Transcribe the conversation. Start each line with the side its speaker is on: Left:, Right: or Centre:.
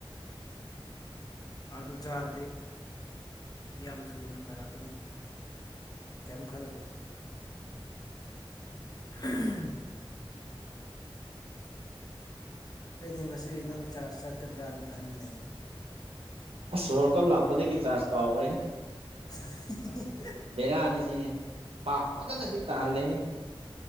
Left: ꯑꯗꯨ ꯆꯥꯔꯗꯤ ꯌꯥꯝ ꯊꯨꯅ ꯐꯔꯛꯀꯅꯤ ꯀꯦꯝ ꯈꯂꯣꯅ <unintelligible> ꯑꯩꯗꯤ ꯉꯁꯤ ꯅꯪ ꯆꯥꯔꯖ ꯆꯠꯀꯗ꯭ꯔꯥꯅ ꯈꯟꯕꯅꯦꯅꯦ
Right: ꯑꯁ ꯋꯥꯔ ꯀꯞ ꯂꯥꯛꯄꯗꯒꯤ ꯆꯥꯔꯖ ꯀꯥꯎꯈ꯭ꯔꯦ
Left: <unintelligible> <inaudible>
Right: ꯕꯦꯔꯥꯅꯤ ꯁꯤꯁꯦ ꯄꯥꯞ ꯐꯖꯅꯗꯤ ꯇꯥꯍꯜꯂꯦ